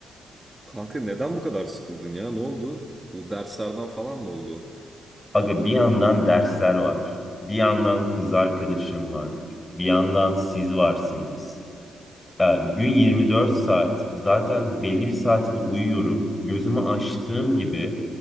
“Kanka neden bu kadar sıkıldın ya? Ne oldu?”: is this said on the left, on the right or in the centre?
Right